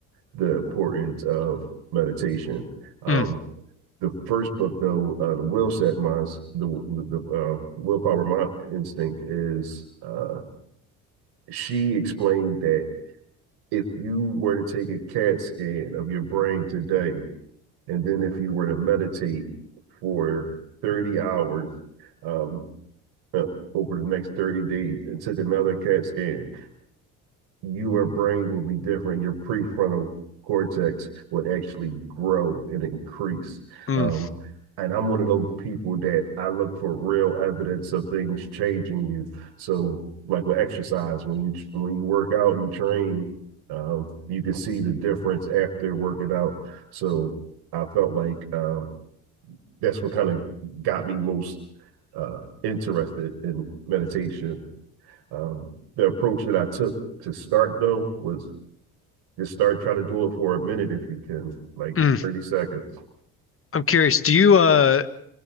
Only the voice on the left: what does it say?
Mm,
mm,
mm.
I'm curious. Do you uh,